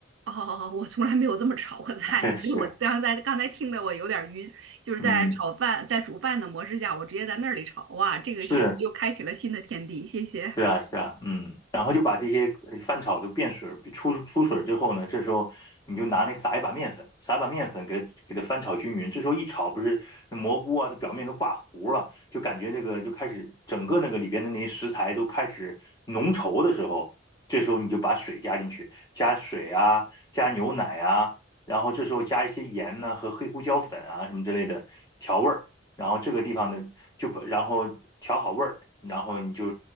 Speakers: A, on the right; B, on the left.
A: 哦，我从来没有这么炒过菜，
B: <laughs>
A: <laughs> 所以我刚才刚才听得我有点儿晕，
B: 是，
A: 就是在炒饭在煮饭的模式下，
B: 嗯，
A: 我直接在那里炒，哇，这个是又开启了新的天地，
B: 是。
A: 谢谢。
B: 是啊，是啊，嗯，然后就把这些呃翻炒就变水儿，出出水儿之后呢，这时候你就拿那撒一把面粉，撒一把面粉给它给它翻炒均匀。这时候一炒，不是那蘑菇啊，它表面都挂糊了，就感觉那个就开始整个那个里边的那些食材都开始浓稠的时候，这时候你就把水加进去，加水啊，加牛奶啊，然后这时候加一些盐呐、和黑胡椒粉啊什么之类的调味儿。然后这个地方呢，就把然后调好味儿，然后你就